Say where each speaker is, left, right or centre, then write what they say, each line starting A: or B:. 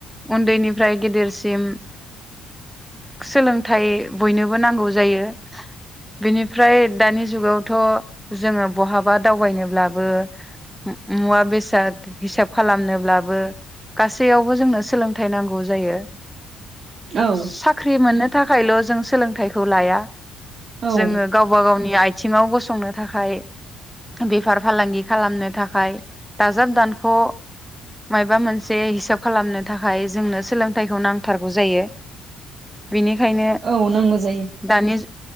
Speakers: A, in the centre; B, on the right (about 50°).
A: उन्दैनिफ्राय गेदेरसिम सोलोंथाइ बयनो बो नांगौ जायो बिनिफ्राय दानि जुगावथ' जोङो बहाबा दावबायनोब्लाबो मुवा बेसाद हिसाब खालामनोब्लाबो गासैयावबो जोंनो सोलोंथाइ नांगौ जायो।
B: औ
A: साख्रि मोननो थाखायल' जों सोलों थायखौ लाया
B: औ
A: जोङो गावबा गावनि आइ थिङाव गसंनो थाखाय बेफार फालांगि खालामनो थाखाय दाजाब दानख' माबा मोनसे हिसाब खालामनो थाखाय जोंनो सोलोंथाइखौ नांथारगौ जायो। बेनिखायनो
B: औ नांगौ जायो
A: दानि